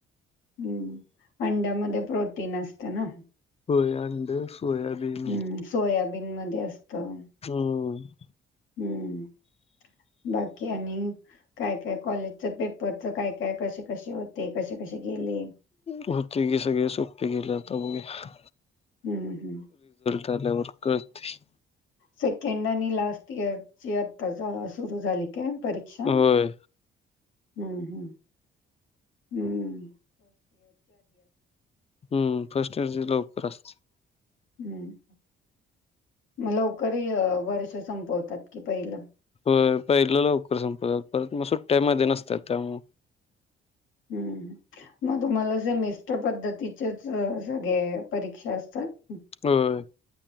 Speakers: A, on the left; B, on the left.
A: हम्म. अंड्यामध्ये प्रोटीन असतं ना?
B: होय आंड, सोयाबीन
A: हम्म सोयाबीन मध्ये असतं
B: हम्म.
A: हम्म. बाकी आणि? काय, काय कॉलेजच पेपरच काय, काय कसे कसे होते, कसे कसे गेले?
B: होते की सगळे सोपे गेले आता बघुया.
A: हम्म, हम्म.
B: आल्यावर कळतंय.
A: सेकंड आणि लास्ट इयरची आता सुरू झाली काय परीक्षा?
B: होय
A: हम्म, हम्म, हम्म.
B: हम्म, फर्स्ट इयरची लवकर असते.
A: हम्म, मग हे लवकर वर्ष संपवतात कि पहिलं.
B: होय पहिलं लवकर संपवत्यात, परत मग सुट्ट्या मध्ये नसत्यात त्यामुळं.
A: हम्म. मग तुम्हाला असे मिस्ट पद्धतीचेच सगळे परीक्षा असतात?
B: होय.